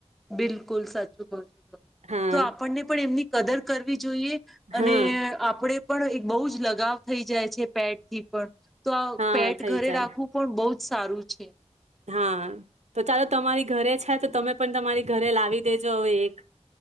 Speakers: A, in the centre; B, on the right.
A: બિલકુલ સાચું કહ છો તમે
B: હા
A: તો આપણને પણ એમની કદર કરવી જોઈએ
B: હા
A: અને આપણેે પણ એક બહુ જ લગાવ થઈ જાય છે પેટથી પણ તો આ
B: હા
A: પેટ
B: થઈ
A: ઘરે
B: જાય
A: રાખવું પણ બઉ જ સારું છે.
B: હા તો ચાલો તમારી ઘરે છે તો તમે પણ તમારી ઘરે લાવી દેજો હવે એક